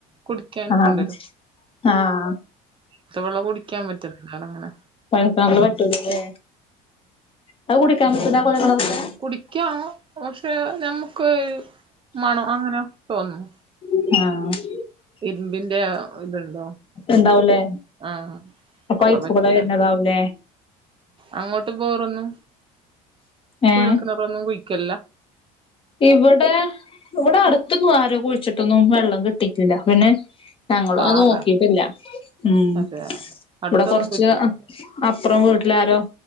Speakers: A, on the right; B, on the left.
A: കുടിക്കാൻ
B: ആഹ്
A: കൊണ്ടുവരും
B: ആഹ്
A: ത്ത വെള്ളം കുടിക്കാൻ പറ്റും അതാണ് അങ്ങനെ
B: പഴക്കാവുള്ള പറ്റൂലല്ലേ അത് കുടിക്കാൻ പറ്റുലാ ആഹ് കൊഴൽ കിണറിൽതെ
A: കുടിക്കാം പക്ഷെ നമ്മക്ക് മണം അങ്ങനെ തോന്നും
B: ആഹ്
A: ഇരുമ്പിന്റെ ഇത്ണ്ടോ
B: ഇണ്ടാവൂലേ
A: ആഹ്
B: ആ പൈപ്പ്
A: അപ്പ പറ്റില്ലല്ലേ
B: കൂടെ വരുന്നതാവൂലേ
A: അങ്ങോ ബോറന്ന്
B: ഏഹ്
A: കുഴൽ കിണറൊന്നും കുഴിക്കില്ല
B: ഇവിടെ ഇവിടെ അടുത്തൊന്നും ആരും കുഴിച്ചിട്ടൊന്നും വെള്ളം കിട്ടിയിട്ടില്ല പിന്നെ ഞങ്ങളും
A: പാറ
B: അത് നോക്കിട്ടില്ല ഉം
A: അതെ അടുത്തൊന്നും
B: ഇവിടെ കൊറച്ച്
A: കുഴിച്ചിട്ടില്ല
B: അപ്പറം വീട്ടിലാരോ